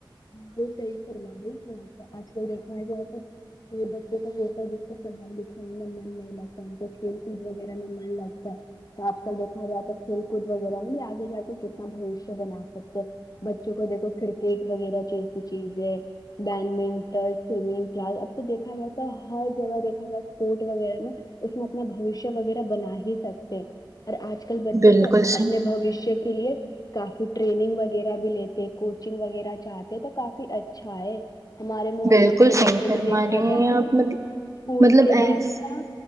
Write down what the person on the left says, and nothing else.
بلکل سہی فرما رہی ہو آج کل دیکھا جائے تو یہے بچوں کا ہوتا ہے جس کو پڑھائی لکھائی من نہیں لگتا ہم کو کھیل کود وغیرہ نہ من لگتا آج کل دیکھا جاتا ہے کھیل کود وغیرہ میں بھی آگے جا کے کتنا بوشیہ بنا سکتے بچوں کو دیکھو کرکٹ وغیرہ جیسی چیز ہے بیڈمنٹن سومنگ کلاس اب تو دیکھا جائے تو ہر جگہ دیکھا جائے اسپورٹ وغیرہ میں اس میں اپنا بوشیہ وغیرہ بنا ہی سکتے اور آج کل بچے
تو
اپنے بوشیہ کے لیے کافی ٹریننگ وغیرہ بھی لیتے ہیں کوچنگ وغیرہ جاتے تو کافی اچھا ہے ہمارے محلے
کے بچے
بھی دیکھا
جائے
تو
اسکول
کے بعد
ہے نا